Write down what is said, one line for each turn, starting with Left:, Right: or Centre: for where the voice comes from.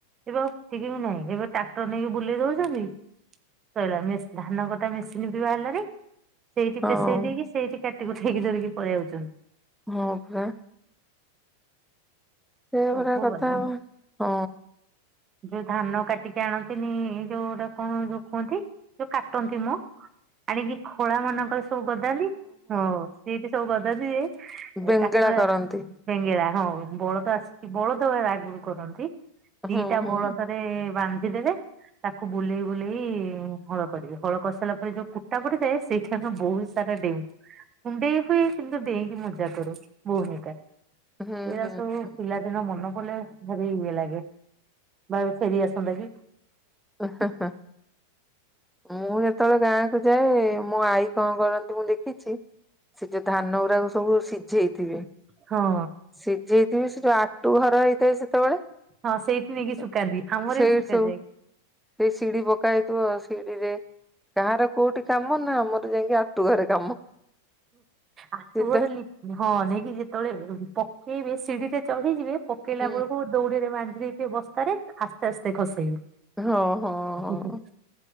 Right: ଏବେ ଆଉ କିଚି ବି ନାହିଁ ଏବେ ଟ୍ରାକ୍ଟର ନେଇକି ବୁଲେଇ ଦଉଛନ୍ତି ସଇଲା ମେ ଧାନ କଟା ମେସିନବି ବାହାରିଲାଣି। ସେଇଠି
Centre: ହଁ
Right: ପେଷେଇ ଦେଇକି ସେଇଠି କାଟି କୁଟା କି ଧରିକି ପଳେଇ ଆଉଛନ୍ତି।
Centre: ହଁ ପା। ସେଭଳିଆ
Right: ସବୁ
Centre: କଥା
Right: ଗଲା।
Centre: ଆଉ।
Right: ଯୋଉ ଧାନ କାଟିକି ଆଣନ୍ତିନି, ଯୋଉଟା କଣ ଯୋଉ କୁହନ୍ତି? ଯୋଉ କାଟନ୍ତି ମ ଆଣିକି ଖଳା ମାନଙ୍କରେ ସବୁ ଗଦାନ୍ତି। ହଁ ସେ ସବୁ ଗାଧାନ୍ତି ଯେ
Centre: ବେଙ୍ଗେଳା
Right: ଟ୍ରାକ୍ଟର
Centre: କରନ୍ତି।
Right: ବେଙ୍ଗେଳା ହଁ ବଳଦ ଆସି ବଳଦ ଏରା ଆଗରୁ କରନ୍ତି। ଦିଟା
Centre: ହୁଁ ହୁଁ
Right: ବଳଦରେ ବାନ୍ଧିଦେବେ ତାକୁ ବୁଲେଇ ବୁଲେଇ ହଳ କରିବେ। ହଳ କରିସାରିଲା ପରେ ଯୋଉ କୁଟା ପୁଟି ଥାଏ ସେଇଠି ଆମେ ବହୁତ ସାରା ଡେଉଁ କୁଣ୍ଡେଇ ହୁଏ କିନ୍ତୁ ଡେଇଁକି ମଜା କରୁ। ଭଉଣୀ ଟା
Centre: ହୁଁ
Right: ଏରା
Centre: ହୁଁ।
Right: ସବୁ ପିଲାଦିନ ମନେ ପଡିଲେ ଭାରି ଇଏ ଲାଗେ ଭାବେ ଫେରି ଆସନ୍ତା କି।
Centre: ଓ ହ ହଁ। ମୁଁ ଯେତେବେଳେ ଗାଁ କୁ ଯାଏ, ମୋ ଆଈ କଣ କରନ୍ତି ମୁଁ ଦେଖିଛି। ସେ ଯୋଉ ଧାନ ଗୁଡାକ ସବୁ ସିଝେଇଥିବେ।
Right: ହଁ।
Centre: ସିଝେଇଥିବି ସେ ଯୋଉ ଆ ତୁ ଘର ହେଇଥାଏ ସେତେବେଳେ
Right: ହଁ ସେଇଠି ନେଇକି ଶୁକାନ୍ତି
Centre: ତ
Right: ଆମର
Centre: ସେଇଟି
Right: ବି ଶୁକାଯାଏ।
Centre: ସବୁ ସେଇ ଶିଡ଼ି ପକା ହେଇଥିବ। ସିଡ଼ି ରେ କାହାର କୋଉଠି କାମ ନା ଆମର ଯାଇକି ଆଟୁଘରେ କାମ।
Right: ଆଠୁ
Centre: ସିଧା
Right: ଘର ଲି ହଁ ନେଇକି ଯେତେବେଳେ ପକେଇବେ ସିଢିରେ ଚଢ଼ିଯିବେ ପକେଇଲା
Centre: ହୁଁ
Right: ବେଳକୁ ଦଉଡିରେ ବାନ୍ଧି ଦେଇଥିବେ ବସ୍ତାରେ ଆସ୍ତେ ଆସ୍ତେ ଖସେଇବେ।
Centre: ହଁ ହଁ ହଁ।